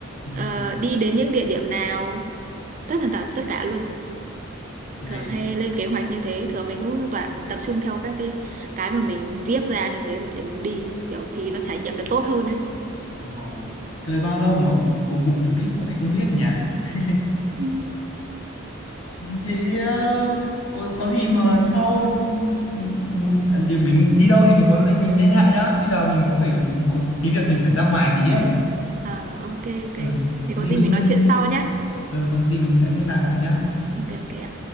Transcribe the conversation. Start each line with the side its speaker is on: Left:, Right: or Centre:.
Left: ừ.
Right: ờ, đi đến những địa điểm nào tất tần tật tất cả luôn
Left: này
Right: thường hay lên kế hoạch như thế thường mình cũng toàn tập trung theo các cái cái mà mình viết ra như thế rồi để mình đi kiểu thì nó trải nghiệm được tốt hơn ấy
Left: đúng rồi chơi bao lâu mà cuối cùng sở thích mà lại không biết nhỉ <laughs>
Right: Ừ.
Left: thế ờ, có có gì mà sau ừ, muốn à, thì mình đi đâu thì mình có lên mình liên hệ nhá bây giờ mình có phải có tí việc mình phải ra ngoài tí ấy
Right: à, ok ok
Left: ừ.
Right: thì
Left: có
Right: có
Left: gì
Right: gì
Left: mình
Right: mình
Left: nhân
Right: nói chuyện sau nhé
Left: ừ, có gì mình sẽ liên lạc lại nhá
Right: ok ok ạ